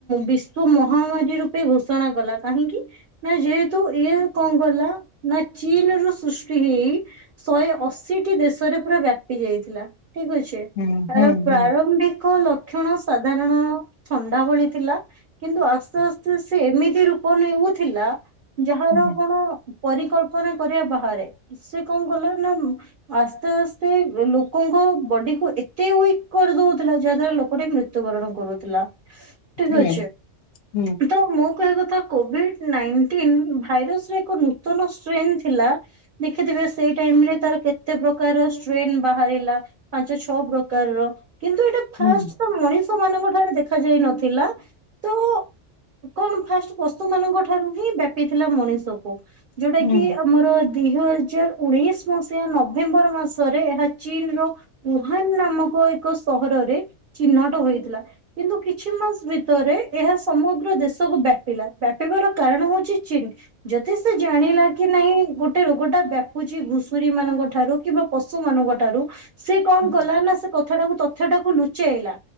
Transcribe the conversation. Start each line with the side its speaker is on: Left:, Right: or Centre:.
Right: ବିଶ୍ଵ ମହାମାରୀ ରୂପେ ଘୋଷଣା କଲା କାହିଁକି? ନା ଯେହେତୁ ଇଏ କଣ ଗଲା ନା ଚୀନ ରୁ ସୃଷ୍ଟି ହେଇ ଶହେ ଅଶିଟି ଦେଶରେ ପୁରା ବ୍ୟାପି ଯାଇଥିଲା ଠିକ ଅଛି।
Left: ହୁଁ
Right: ତାର
Left: ହୁଁ ହୁଁ।
Right: ପ୍ରାରମ୍ଭିକ ଲକ୍ଷଣ ସାଧାରଣ ଥଣ୍ଡା ଭଳି ଥିଲା। କିନ୍ତୁ ଆସ୍ତେ ଆସ୍ତେ ସେ ଏମିତି ରୂପ ନେଉଥିଲା ଯାହାର
Left: ହୁଁ
Right: କଣ ପରିକଳ୍ପନା କରିବା ବାହାରେ ସେ କଣ ଗଲା ନା ଆସ୍ତେ ଆସ୍ତେ ଲୋକଙ୍କ ବଡି କୁ ଏତେ ୱିକ କରିଦଉଥିଲା ଯାହାଦ୍ଵାରା ଲୋକଟେ ମୃତ୍ୟୁ ମୃତ୍ୟୁବରଣ କରୁଥିଲା। ଠିକ
Left: ହୁଁ ହୁଁ
Right: ଅଛି
Left: ହୁଁ।
Right: ତ ମୁଁ କହିବା କଥା କୋଭିଡ ନାଇ ଭାଇରସ ର ଏକ ନୂତନ ଷ୍ଟ୍ରେନ୍ ଥିଲା। ଦେଖିଥିବେ ସେଇ ଟାଇମ ରେ ତାର କେତେ ପ୍ରକାର ଷ୍ଟ୍ରେନ ବାହାରିଲା ପାଞ୍ଚ ସବୁ ପ୍ରକାରର କିନ୍ତୁ ଏଇଟା ଫାଷ୍ଟ
Left: ହୁଁ
Right: ମଣିଷ ମାନଙ୍କ ଠାରେ ଦେଖା ଯାଇ ନଥିଲା ତ କଣ ଫାଷ୍ଟ ପଶୁ ମାନଙ୍କ ଠାରୁ ହିଁ ବ୍ୟାପିଥିଲା ମଣିଷକୁ ଯୋଉଟା
Left: ହୁଁ
Right: କି ଆମର ଦିଇ ହଜାର ଉଣେଇଶ ସି ନଭେମ୍ବର ମାସରେ ଏହା ଚୀନ ର ଉହାନ ନାମକ ଏକ ସହରରେ ଚିହ୍ନଟ ହୋଇଥିଲା। କିନ୍ତୁ କିଛି ମାସ ଭିତରେ ଏହା ସମଗ୍ର ଦେଶକୁ ବ୍ୟାପିଲା ବ୍ୟାପିବାର କାରଣ ହଉଛି ଯଥେଷ୍ଟ ଜାଣିଲା କି ନାଇଁ ଗୋଟେ ରୋଗ ଟା ବ୍ୟାପୁଛି ଘୁଷୁରୀ ମାନଙ୍କ ଠାରୁ କିମ୍ବା ପଶୁ ମାନଙ୍କ ଠାରୁ ସେ କଣ କଲା
Left: ହୁଁ
Right: ନା ସେ କଥାଟାକୁ ତଥ୍ୟ ଟାକୁ ଲୁଚେଇଲା